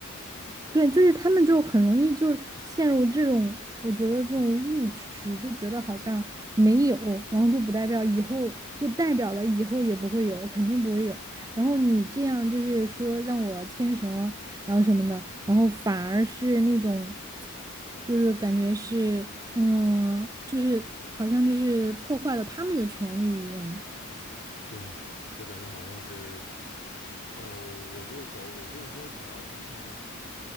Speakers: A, on the right; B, on the left.
A: 对，就是他们就很容易就陷入这种，我觉得这种误区，就觉得好像没有，然后就不代表以后，就代表了以后也不会有，肯定不会有。然后你这样就是说让我牵绳，然后什么的，然后反而是那种，就是感觉是，嗯，就是好像就是破坏了他们的权利一样。
B: 对，就感觉好像是，哦，我这个狗，我就是说想要不牵，